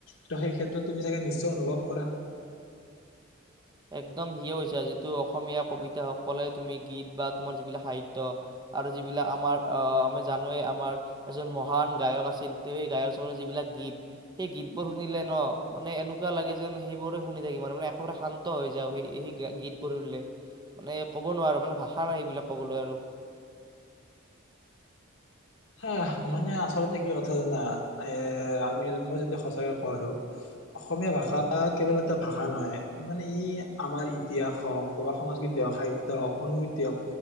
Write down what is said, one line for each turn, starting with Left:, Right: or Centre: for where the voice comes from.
Left: ত' সেইক্ষেত্ৰত তুমি চাগে নিশ্চয় অনুভৱ কৰা।
Right: একদম <unintelligible> হৈছে আৰু যিটো অসমীয়া কবিতাসকলে, তুমি গীত বা তোমাৰ যিবিলাক সাহিত্য আৰু যিবিলাক আমাৰ, আ, আমি জানোৱেই আমাৰ এজন মহান গায়ক আছিল। তেওঁ এই গায়ক <unintelligible> যিবিলাক গীত সেই গীতবোৰ শুনিলে ন, মানে এনেকুৱা লাগে যেন সেইবোৰে শুনি থাকিম। মানে একেবাৰে শান্ত হৈ যাও সেই-সেই গীতবোৰ শুনিলে। মানে ক'ব নোৱাৰো মানে ভাষা নাই সেবিলাক ক'বলৈ আৰু।
Left: হাহ। মানে আচলতে কি কথা জানা? এ আমি মই যদি সঁচাকে কওঁ আৰু, অসমীয়া ভাষা কেৱল এটা ভাষা নহয়। মানে ই আমাৰ ইতিহাস হওক বা সংস্কৃতি হওক, সাহিত্য হওক, অনুভূতি হওক।